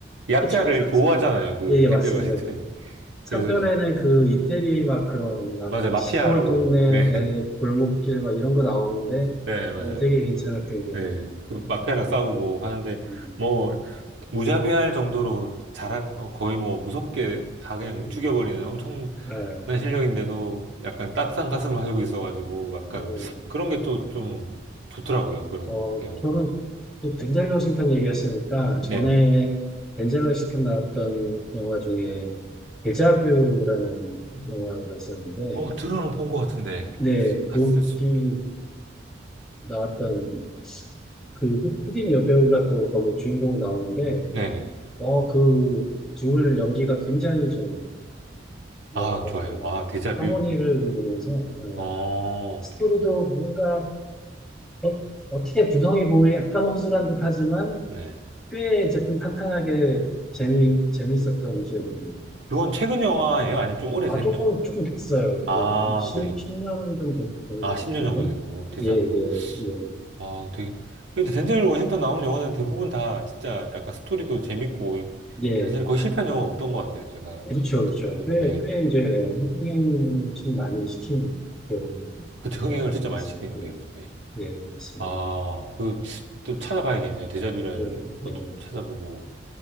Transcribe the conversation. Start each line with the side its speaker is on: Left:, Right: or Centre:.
Right: 약자를
Centre: 특히 최근, 사-
Right: 보호하잖아요, 그,
Centre: 예, 예,
Right: 덴젤
Centre: 맞습니다.
Right: 워싱턴이.
Centre: 그 3편에는
Right: 그래서
Centre: 그 이태리 막 그런 막
Right: 맞아요. 마피아라고.
Centre: 시골 동네의
Right: 네. <laughs>
Centre: 골목길 막 이런 거 나오는데
Right: 네, 맞아요.
Centre: 뭐 되게
Right: 맞아요.
Centre: 괜찮았던 기억이
Right: 네.
Centre: 나요데
Right: 그 마피아랑 싸우고 하는데
Centre: 음,
Right: 뭐 무자비할 정도로 잘 거의 뭐 무섭게 다 그냥
Centre: 음,
Right: 죽여버리는 엄청난
Centre: 알아요.
Right: 실력인데도 약간 따뜻한 가슴을 가지고 있어가지고 약간
Centre: 그리고,
Right: 그런 게 또 좀 좋더라고요. 그런
Centre: 어,
Right: 내용을
Centre: 저는
Right: 보면.
Centre: 또 덴젤 워싱턴 얘기하시니까 전에
Right: 네네.
Centre: 덴젤 워싱턴 나왔던 영화 중에 데자뷰라는 영화가 있었는데
Right: 어, 들어는 본 것 같은데
Centre: 네,
Right: 봤을
Centre: 거기에
Right: 수도 있겠.
Centre: 나왔던 그 흑- 흑인 여배우가 또 거기 주인공 나오는데
Right: 네네.
Centre: 어, 그, 둘 연기가 굉장히 좀, 뭐랄까,
Right: 아, 좋아요.
Centre: 좀,
Right: 아, 데자뷰.
Centre: 하모니를 이루면서, 어,
Right: 어,
Centre: 스토리도 뭔가, 어, 어떻게 구성이 보기에 약간 허술한 듯 하지만,
Right: 네.
Centre: 꽤 조금 탄탄하게 재미, 재밌었던 기억이 납니다.
Right: 그건 최근 영화예요? 아니면 좀 오래된
Centre: 아, 조금,
Right: 영화?
Centre: 조금 됐어요. 이거,
Right: 아,
Centre: 한 10,
Right: 그래요?
Centre: 년은 좀 된, 된것
Right: 아, 10년
Centre: 같은데.
Right: 정도 된 거, 데자뷰.
Centre: 예, 예, 예.
Right: 아, 되게. 근데 덴젤 워싱턴 나오는 영화는 대부분 다 진짜 약간 스토리도 재밌고, 이-
Centre: 예,
Right: 사실 거의 실패한 영화 없던 것 같아요, 제가
Centre: 그렇죠, 그렇죠.
Right: 보면.
Centre: 꽤,
Right: 네.
Centre: 꽤 이제, 흥행 좀 많이 시키는 배우에
Right: 그때 흥행을
Centre: 들어간
Right: 진짜
Centre: 것
Right: 많이
Centre: 같습니다.
Right: 시키는 배우 중에.
Centre: 예, 예, 맞습니다.
Right: 아, 그, 또 찾아봐야겠네요. 데자뷰라는
Centre: 예,
Right: 것도
Centre: 예,
Right: 좀 찾아보고.